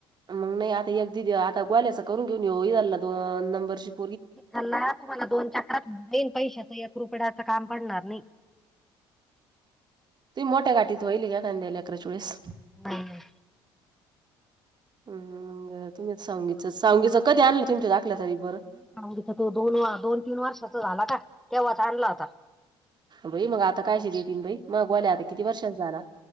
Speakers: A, on the right; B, in the centre.
A: मग नाही आता एक दि आता बोल्याच करून घेऊन येऊ इला दोन नंबरशिप
B: हल्ला तुम्हाला दोन चक्रात तीन पैशाच यक रुपडाच काम पडणार नाही.
A: ती मोठ्या गाठीत होईल का कांद्याला लेकराच्या वेळीस.
B: नाही नाही.
A: हम मग तुम्ही सांगीच स साांगीचं कधी आणलं तुमच्या? तरी बरं.
B: सांगच तो दोन दोन तीन वर्षाचा झाला का तेव्हा चा आणला आता.
A: बई मग आता कायच देतीलन बाई मगवाल्या आता किती वर्षाचा झाला?